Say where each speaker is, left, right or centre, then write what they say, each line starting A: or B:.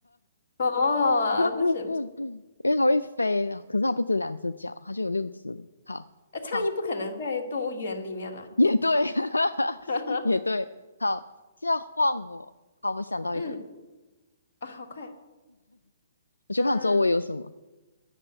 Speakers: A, on the left (about 50°); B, on the left (about 75°).
A: 哦，
B: <laughs>
A: 不是不是，
B: 因为它会飞的，可是它不止两只脚，它就有六只。好，
A: 呃，苍蝇不可能在动物园里面啦。
B: 好，也对，<laughs>
A: <laughs>
B: 也对，好，现在换我，好，我想到一个，
A: 嗯，啊、好快。
B: 我去看周围有什么，
A: 嗯、